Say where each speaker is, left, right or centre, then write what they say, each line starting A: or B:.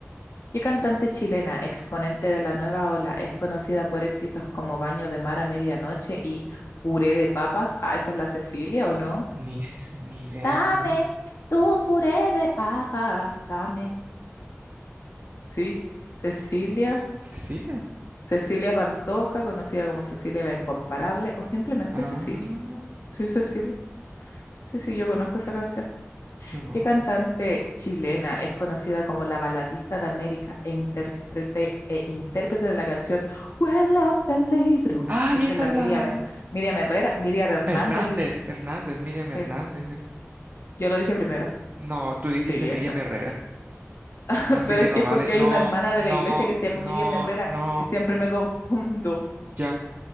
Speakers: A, on the left; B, on the right.
A: ¿Qué cantante chilena, exponente de la nueva ola, es conocida por éxitos como Baño de Mar a Medianoche y Puré de Papas? Ah, ¿esa es la Cecilia o no?
B: Ni, s- ni idea,
A: Dame
B: no.
A: tu puré de papas, dame. Sí, Cecilia.
B: ¿Cecilia?
A: Cecilia Pantoja, conocida como Cecilia la Incomparable o simplemente
B: Ah,
A: Cecilia. Sí, Cecilia. Sí, sí, yo conozco esa canción.
B: yo no.
A: ¿Qué cantante chilena es conocida como la baladista de América e intérprete, e intérprete de la canción Huele a peligro?
B: ¡Ay,
A: Esta
B: esa
A: es la
B: es la...
A: Miriam, Miriam Herrera, Miriam Hernández,
B: Hernández,
A: digo.
B: Hernández, Miriam
A: Sí,
B: Hernández. eh.
A: yo lo dije primero.
B: No, tú dijiste
A: Sí,
B: Miriam
A: esa.
B: Herrera.
A: <laughs>
B: Así
A: Pero
B: que
A: es
B: no
A: que es
B: vale.
A: porque
B: No,
A: hay una hermana de
B: no,
A: la iglesia que se llama
B: no,
A: Miriam Herrera
B: no.
A: y siempre me confundo.
B: Ya,